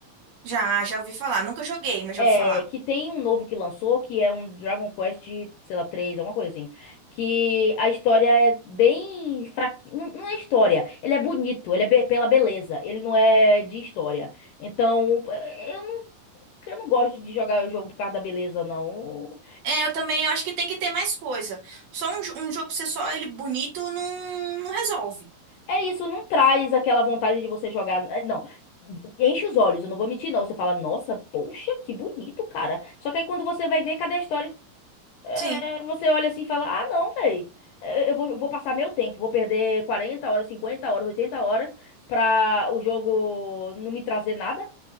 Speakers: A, on the right; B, on the left.
A: Já, já ouvi falar. Nunca joguei, mas
B: É,
A: já ouvi falar.
B: que tem um novo que lançou, que é um Dragon Quest, sei lá, 3 alguma coisa assim. Que a história é bem fraquinha. Não, não é história. Ele é bonito, ele é be- pela beleza. Ele não é de história. Então, eu não, eu não gosto de jogar o jogo por causa da beleza, não.
A: É, eu também eu acho que tem que ter mais coisa. Só um, jo- um jogo ser só ele bonito não, não resolve.
B: É isso, não traz aquela vontade de você jogar. é, Não. Enche os olhos, eu não vou mentir, não. Você fala, nossa, poxa, que bonito, cara. Só que aí quando você vai ver, cadê a história? É,
A: Sim.
B: você olha assim e fala: Ah, não, velho. Eu vou, eu vou passar meu tempo, vou perder 40 horas, 50 horas, 80 horas pra o jogo não me trazer nada.